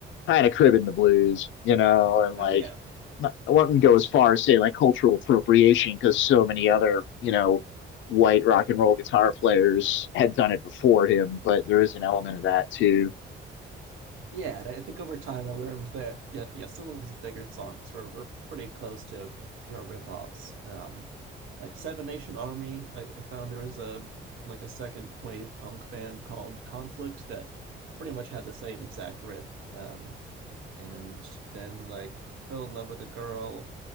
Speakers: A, on the left; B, on the right.
A: kind of cribbing the blues, you know, and like
B: Oh yeah,
A: not, I wouldn't go as far as say like cultural appropriation because so many other, you know, white rock and roll guitar players had done it before him, but there is an element of that too.
B: Yeah, and I think over time I learned that yeah, yeah, some of his bigger songs were, were pretty close to pure ripoffs. Um, like Seven Nation Army, I, I found there was a like a second wave punk band called Conflict that pretty much had the same exact riff. Um, and then like Fell in Love with a Girl